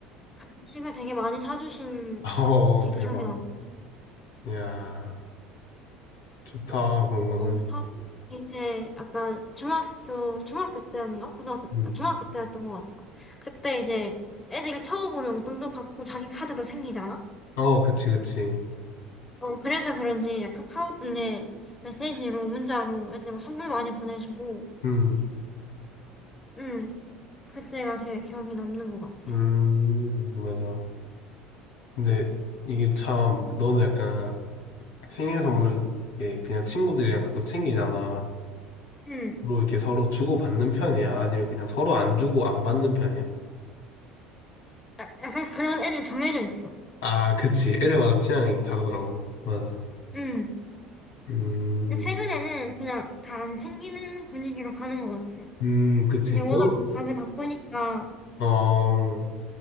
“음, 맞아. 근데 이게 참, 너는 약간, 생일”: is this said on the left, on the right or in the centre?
Left